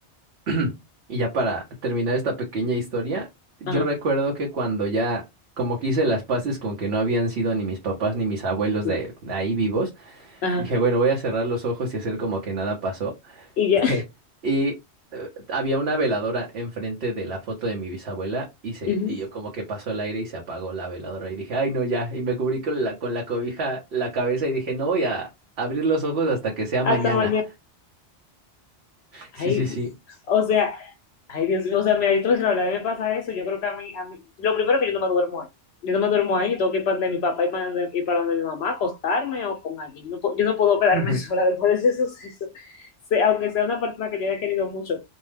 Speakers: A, on the right; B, on the left.
A: <clears throat> y ya para terminar esta pequeña historia, yo
B: Ajá,
A: recuerdo que cuando ya, como que hice las paces con que no habían sido ni mis papás ni mis abuelos
B: sí,
A: de ahí vivos,
B: ajá.
A: dije, bueno, voy a cerrar los ojos y hacer como que nada pasó.
B: Y ya,
A: <laughs> Y eh, había una veladora enfrente de la foto de mi bisabuela y se,
B: <laughs> ujú.
A: y yo como que pasó el aire y se apagó la veladora y dije, ay no, ya. Y me cubrí con la, con la cobija la cabeza y dije, no voy a abrir los ojos hasta que sea mañana.
B: Hasta mañana. Ay,
A: Sí, sí, sí.
B: o sea, Ay, Dios mío, o sea, mira, yo te voy a decir la verdad, a mí me pasa eso, yo creo que a mí, a mí, lo primero que yo no me duermo ahí, yo no me duermo ahí, yo tengo que ir para donde mi papá y para donde, y para donde mi mamá, acostarme o con alguien, no, puedo- yo no puedo quedarme
A: Ujú.
B: <laughs> sola después de ese suceso, Se- aunque sea una persona que yo haya querido mucho,